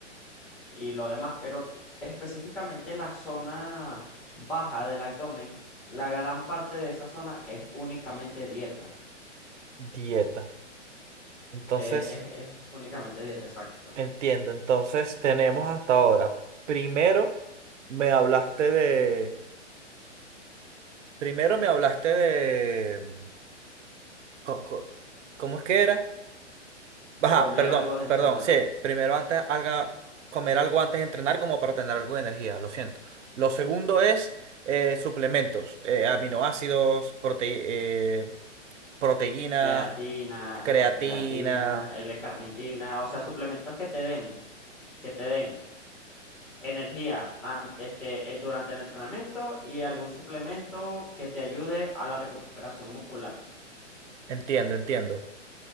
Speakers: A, in the centre; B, on the right.
A: y lo demás, pero específicamente la zona baja del abdomen, la gran parte de esa zona es únicamente dieta.
B: Dieta. Entonces,
A: Eh, Es, es únicamente dieta, exacto.
B: entiendo. Entonces tenemos hasta ahora. Primero me hablaste de. Primero me hablaste de. mm, co- co- ¿Cómo es que era? Ajá,
A: Comer
B: perdón,
A: algo de entrenar.
B: perdón. Sí, primero antes haga comer algo antes de entrenar como para tener algo de energía, lo siento. Lo segundo es eh, suplementos, eh, aminoácidos, prote- eh, proteína,
A: Creatina,
B: creatina.
A: ajá, creatina, L-carnitina, o sea, suplementos que te den, que te den energía antes, este, eh, durante el entrenamiento y algún suplemento que te ayude a la recuperación muscular,
B: Entiendo, entiendo.